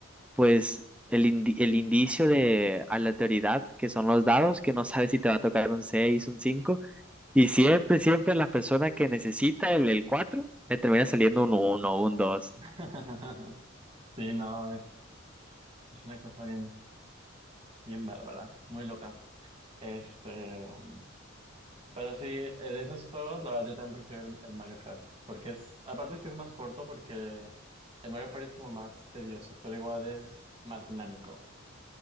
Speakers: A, in the centre; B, on the right.
A: pues, el, indi- el indicio de aleatoriedad, que son los dados, que no sabes si te va a tocar un 6 un cinco Y siempre, siempre a las personas que necesita el, el 4 le termina saliendo un uno un dos
B: <laughs> Sí, no, es, es una cosa bien, bien bárbara, muy loca. Este, um, pero sí, eh, de esos juegos, la verdad, yo también prefiero el, el Mario Kart. Porque es, aparte que es más corto, porque el Mario Party es como más tedioso, pero igual es más dinámico.